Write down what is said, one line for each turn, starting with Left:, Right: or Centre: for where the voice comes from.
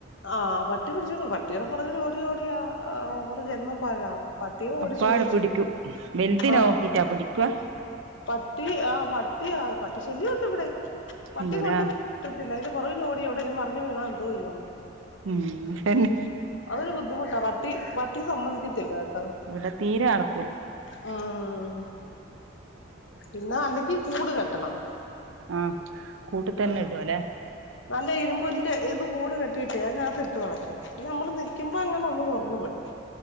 Left: ആഹ് പട്ടി പിടിച്ചോട്ടു പട്ടിയുടെ പുറകിൽ ഓടി ഓടിയ അവടെ ജന്മം പാഴാവും പട്ടിയെ ഓടിച്ചോടിച്ച്
Right: അപ്പാടെ പിടിക്കും വെല്ന്തിനിനെ
Left: ആ
Right: നോക്കീട്ടാ പിടിക്കവാ
Left: പട്ടി ആ പട്ടി പട്ടി ശല്യംണ്ട് ഇവിടെ പട്ടി
Right: ഉണ്ട്ല്ലേ
Left: കൊണ്ട്പ ഇല്ല അതിന്റെപുറക്കിൽ ലോടിവിടെേലും മറിഞ്ഞവീണ എന്തോ ചെയ്യ നമ്മള്
Right: ഉം തന്നെ
Left: അതൊരു ബുദ്ധിമുട്ടാ പട്ടി പട്ടി സമ്മതിക്കത്തില്ല കേട്ടോ
Right: ഇവിടെ തീരെ നടക്കൂല
Left: ആഹ് ആഹ് ആഹ് പിന്നെ അല്ലെങ്കിൽ കൂട് കെട്ടണം
Right: ആഹ് കൂട്ടി തന്നെ
Left: ഉ
Right: ഇടുവല്ലേ
Left: നല്ല ഇരുമ്പലന്റെ ഇത് കൂടെ കെട്ടിയിട്ടേ അതിനകത്ത് ഇട്ട് വളർത്തണം പിന്നെ നമ്മള് നിക്കുമ്പോ അങ്ങനെ ഒന്ന് തുറന്നു വിടാം